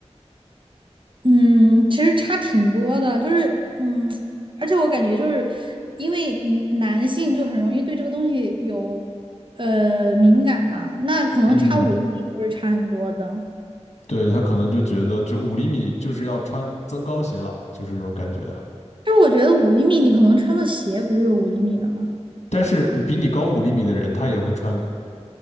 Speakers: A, on the right; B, on the left.
A: 嗯，其实差挺多的，就是嗯，而且我感觉就是因为嗯男性就很容易对这个东西有呃敏感嘛，那可能差五厘米都是差很多的。
B: 嗯，对，他可能就觉得就五厘米就是要穿增高鞋了，就是这种感觉啊。
A: 就是我觉得五厘米，你可能穿个鞋不就是五厘米了吗？
B: 但是比你高五厘米的人，
A: 对吧？
B: 他也会穿